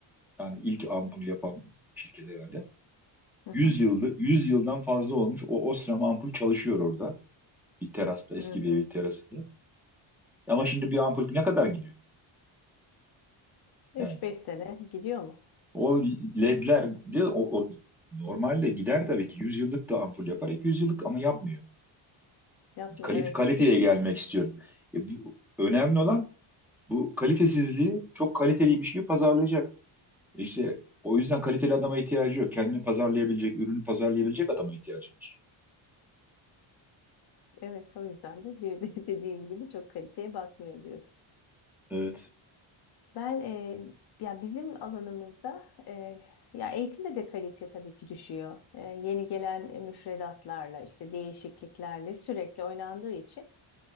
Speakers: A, in the centre; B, on the left.
A: yani ilk ampul yapan şirket herhalde.
B: Hı
A: Yüz
B: hı.
A: yıldır yüz yıldan fazla olmuş. O Osram ampul çalışıyor orada. bir terasta, eski
B: Hı
A: bir
B: hı.
A: evin terasında. Ama şimdi bir ampul ne kadar gidiyor?
B: 3-5
A: Yani
B: sene gidiyor mu?
A: o ledler de o, o normalde gider tabii ki 100 yıllık da ampul yapar, iki yüz yıllık ama yapmıyor.
B: Yapmıyor.
A: Yani Kalite,
B: Evet
A: kaliteye
B: tüketim.
A: gelmek istiyorum. E, bu, önemli olan bu kalitesizliği çok kaliteliymiş gibi pazarlayacak. İşte o yüzden kaliteli adama ihtiyacı yok. Kendini pazarlayabilecek, ürünü pazarlayabilecek adama ihtiyacı var.
B: Evet o yüzden de <laughs> dediğin gibi çok kaliteye bakmıyor diyorsun.
A: Evet,
B: Ben e, ya bizim alanımızda e, ya eğitimde de kalite tabii ki düşüyor. E, yeni gelen e, müfredatlarla işte değişikliklerle sürekli oynandığı için